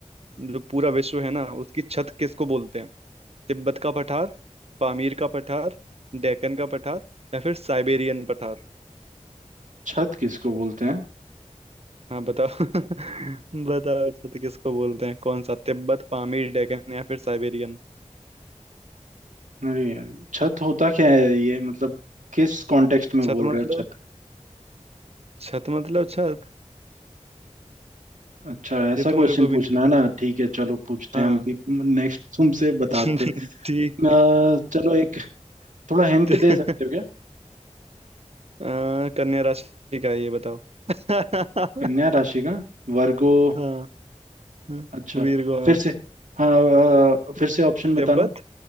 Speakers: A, on the right; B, on the right.
A: जो पूरा विश्व है ना उसकी छत किसको बोलते हैं तिब्बत का पठार पामीर का पठार डेक्कन का पठार या फिर साइबेरियन पठार
B: छत किसको बोलते हैं
A: हाँ बताओ <laughs> बताओ छत किसको बोलते हैं कौन सा तिब्बत पामीर डेक्कन या फिर साइबेरियन
B: अरे यार छत होता क्या है ये मतलब किस कॉन्टेक्स्ट में
A: छत
B: बोल
A: मतलब
B: रहे हो छत
A: छत मतलब छत
B: अच्छा ऐसा
A: ये तो
B: क्वेश्चन
A: मेरे को
B: पूछना
A: भी नहीं पता
B: है ना ठीक है चलो पूछते
A: हाँ
B: हैं हम भी नेक्स्ट तुमसे बताते
A: <laughs>
B: हैं।
A: ठीक
B: अ, चलो एक थोड़ा हिंट
A: <laughs>
B: दे सकते हो क्या
A: अ, कन्या राशि का है ये बताओ <laughs>
B: कन्या राशि का वर्गो
A: हाँ हाँ,
B: अच्छा
A: वीरगो हाँ
B: फिर से हाँ अ, फिर से ऑप्शन बताना
A: तिब्बत